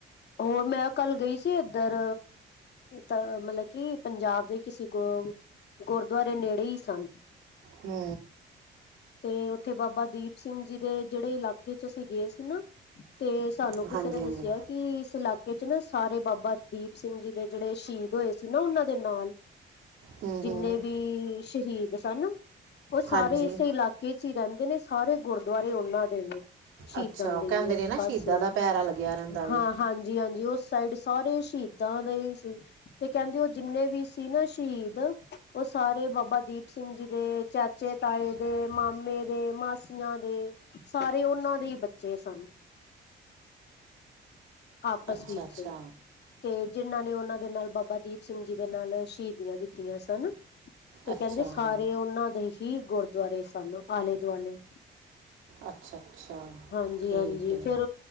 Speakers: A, on the left; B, on the right.
A: ਹੋਰ ਮੈਂ ਕੱਲ ਗਈ ਸੀ। ਇੱਧਰ, ਤਾਂ ਮਤਲਬ ਕਿ ਪੰਜਾਬ ਦੇ ਕਿਸੇ ਗੁ ਗੁਰ ਗੁਰਦੁਆਰੇ ਨੇੜੇ ਹੀ ਸਨ।
B: ਹੂੰ,
A: ਤੇ ਉੱਥੇ ਬਾਬਾ ਦੀਪ ਸਿੰਘ ਜੀ ਦੇ ਜਿਹੜੇ ਇਲਾਕੇ 'ਚ ਅਸੀਂ ਗਏ ਸੀ ਨਾ, ਤੇ, ਸਾਨੂੰ ਕਿਸੇ
B: ਹਾਂਜੀ
A: ਨੇ
B: ਹਾਂਜੀ
A: ਦੱਸਿਆ ਕਿ ਇਸ ਇਲਾਕੇ 'ਚ ਨਾ ਸਾਰੇ ਬਾਬਾ ਦੀਪ ਸਿੰਘ ਜੀ ਦੇ ਜਿਹੜੇ ਸ਼ਹੀਦ ਹੋਏ ਸੀ ਨਾ, ਉਹਨਾਂ ਦੇ ਨਾਲ
B: ਹੂੰ
A: ਜਿੰਨੇ
B: ਹੂੰ
A: ਵੀ ਸ਼ਹੀਦ ਸਨ, ਉਹ ਸਾਰੇ
B: ਹਾਂਜੀ
A: ਇਸੇ ਇਲਾਕ ਕੇ 'ਚ ਹੀ ਰਹਿੰਦੇ ਨੇ, ਸਾਰੇ ਗੁਰਦੁਆਰੇ ਉਹਨਾਂ ਦੇ ਨੇ, ਸ਼ਹੀਦਾਂ
B: ਅੱਛਾ
A: ਦੇ,
B: ਉਹ ਕਹਿੰਦੇ ਨੇ
A: ਉਸ
B: ਨਾ
A: ਪਾਸੇ
B: ਸ਼ਹੀਦਾਂ ਦਾ ਪੈਰਾ ਲੱਗਿਆ ਰਹਿੰਦਾ ਵੇ
A: ਹਾਂ। ਹਾਂਜੀ -ਹਾਂਜੀ ਉਸ ਸਾਈਡ, ਸਾਰੇ ਸ਼ਹੀਦਾਂ ਦੇ ਹੀ ਸੀ ਤੇ ਕਹਿੰਦੇ ਉਹ ਜਿੰਨੇ ਵੀ ਸੀ ਨਾ ਸ਼ਹੀਦ, ਉਹ ਸਾਰੇ ਬਾਬਾ ਦੀਪ ਸਿੰਘ ਜੀ ਦੇ, ਚਾਚੇ -ਤਾਏ ਦੇ
B: ਤਾਏ
A: ਮਾਮੇ ਦੇ, ਮਾਸੀਆਂ ਦੇ ਸਾਰੇ ਉਹਨਾਂ ਦੇ ਹੀ ਬੱਚੇ ਸਨ। ਆਪਸ
B: ਅੱਛਾ
A: ਵਿੱਚ,
B: ਅੱਛਾ
A: ਤੇ, ਜਿਨ੍ਹਾਂ ਨੇ ਉਹਨਾਂ ਦੇ ਨਾਲ ਬਾਬਾ ਦੀਪ ਸਿੰਘ ਜੀ ਦੇ ਨਾਲ ਸ਼ਹੀਦੀਆਂ ਦਿੱਤੀਆਂ ਸਨ। ਤੇ
B: ਅੱਛਾ
A: ਕਹਿੰਦੇ, ਸਾਰੇ
B: ਜੀ
A: ਉਹਨਾਂ ਦੇ ਹੀ ਗੁਰਦੁਆਰੇ ਸਨ ਆਲੇ -ਦੁਆਲੇ
B: ਅੱਛਾ, ਅੱਛਾ
A: ਹਾਂਜੀ-
B: ਠੀਕ
A: ਹਾਂਜੀ
B: ਹੈ
A: ਫੇਰ